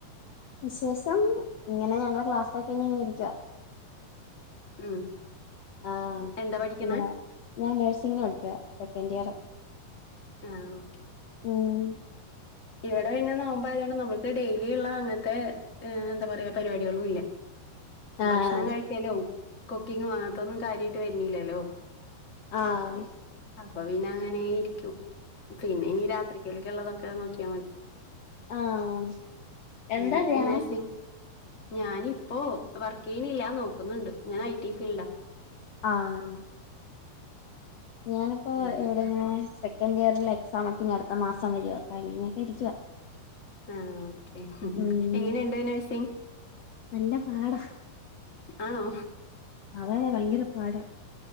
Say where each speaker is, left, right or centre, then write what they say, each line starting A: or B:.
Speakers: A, on the left (about 75°); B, on the left (about 30°).
A: വിശേഷം ഇങ്ങനെ ഞങ്ങള് ക്ലാസ്സൊക്ക കഴിഞ്ഞ് ഇങ്ങനെ ഇരിക്കുവ
B: ഉം
A: ആഹ്
B: എന്താ പഠിക്കണേ
A: ഇങ്ങനെ ഞാൻ നേഴ്സിങ്ങിന് പഠിക്ക സെക്കൻഡ് ഇയർ
B: ആഹ് ഓക്കെ
A: ഉം
B: ഇവിടെ പിന്നെ നോ പ്പ ആയതോണ്ട് നമ്മുക്ക് ഡെയിലി ഉള്ള അങ്ങൻത്തെ എന്താ പറയാ പരിപാടികളും ഇല്ല
A: ആഹ്
B: ഭക്ഷണം കഴിക്കലും കുക്കിംഗും അങ്ങത്തൊന്നും കാര്യായ്ട്ട് വര് നില്ലല്ലോ
A: ആഹ്
B: അപ്പൊ പിന്നെ അങ്ങനെ ഇരിക്കും പിന്നെ ഇനി രാത്രികേൾക്ക് ഇള്ളതൊക്കെ നോക്കിയാ മതി
A: ആഹ് എന്താ
B: അങ്ങനെ
A: ചെയ്യണേ
B: നേഴ്സിങ് ഞാനിപ്പോ വർക്കയ്യ്ണില്ല നോക്കുന്നുണ്ട് ഞാൻ ഐ ടി ഫീൽഡാ
A: ആഹ് ഞാനിപ്പോ
B: അങ്ങനെ
A: ഇവ്ടെ ഇങ്ങനെ
B: അപ്പൊ
A: സെക്കൻഡ് ഇയറിലെ എക്സാം ഒക്കെ ഇനി അട്ത്ത മാസം വരുവാ അപ്പൊ അങ്ങനെയൊക്കെ ഇരിക്കുവ
B: ആഹ് ഓക്കെ
A: ഉം
B: എങ്ങനെയ്ണ്ട് നേഴ്സി
A: നല്ല പാടാ
B: ആണോ
A: അതെ അതെ ഭയങ്കര പാടാ